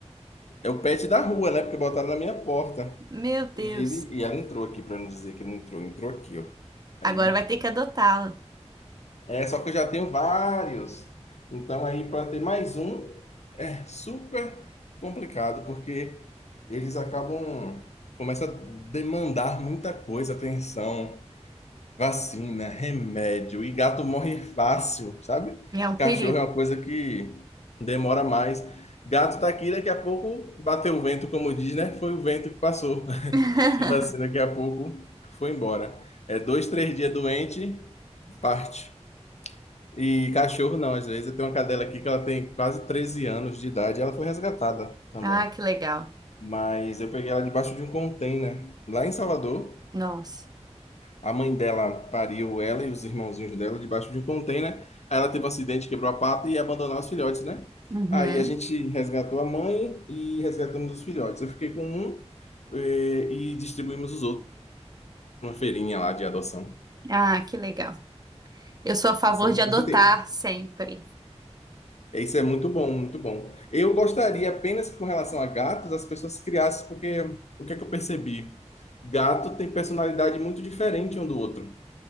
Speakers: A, on the left (about 70°); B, on the right (about 35°).
A: é o pet da rua, né? Porque botaram na minha porta.
B: Meu Deus.
A: E ele e ela entrou aqui, pra não dizer que ele não entrou, entrou aqui, ó.
B: Agora
A: Aí,
B: vai ter que adotá-la.
A: é só que eu já tenho vários. Então aí para ter mais um é super complicado, porque eles acabam começa a demandar muita coisa, atenção. Vacina, remédio. E gato morre fácil, sabe?
B: É um perigo.
A: Cachorro é uma coisa que demora mais. Gato tá aqui, daqui a pouco bateu o vento, como diz, né? Foi o vento que passou. <laughs>
B: <laughs>
A: Tipo assim, daqui a pouco foi embora. É dois, três dias doente, parte. E cachorro não, às vezes. Eu tenho uma cadela aqui que ela tem quase 13 anos de idade. Ela foi resgatada também.
B: Ah, que legal.
A: Mas eu peguei ela debaixo de um container lá em Salvador.
B: Nossa.
A: A mãe dela pariu ela e os irmãozinhos dela debaixo de um container. Aí ela teve um acidente, quebrou a pata e ia abandonar os filhotes, né?
B: Uhum.
A: Aí a gente resgatou a mãe e resgatamos os filhotes. Eu fiquei com um eh, e, distribuímos os outros numa feirinha lá de adoção.
B: Ah, que legal. Eu sou a favor
A: Isso é muito,
B: de adotar
A: você tem,
B: sempre.
A: isso é muito bom, muito bom. Eu gostaria apenas que com relação a gatos as pessoas criassem, porque o que é que eu percebi? Gato tem personalidade muito diferente um do outro.